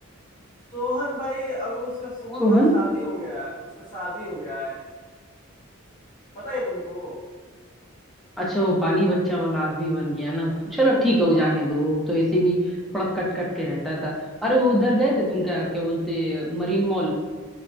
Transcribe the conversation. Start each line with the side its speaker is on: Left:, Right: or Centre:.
Left: सोहन भाई अब उसका सोहन
Centre: सोहन
Left: का तो शादी हो गया है उसका शादी हो गया है पता है तुमको
Centre: अच्छा वो पाली बच्चा वाला आदमी बन गया ना तो चलो ठीक है
Left: हाँ
Centre: वो जाने दो वो तो ऐसे भी थोड़ा कट कट के रहता था अरे वो उधर गए थे तुम क्या क्या बोलते मरीन मॉल